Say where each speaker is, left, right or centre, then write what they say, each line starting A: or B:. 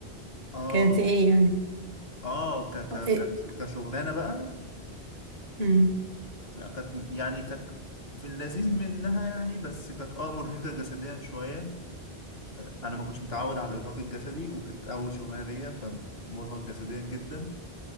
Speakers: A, on the left; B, on the right.
A: آه
B: كانت إيه يعني
A: آه ك ك
B: أه، إيه
A: كش- كشغلانة بقى
B: مم.
A: لا، كانت يعني كانت في اللذيذ منها يعني بس كانت آه مرهقة جسديا شوية آه، أنا ما كنتش متعود على الإرهاق الجسدي وكانت أول شغلانة ليا فمرهق جسديا جدا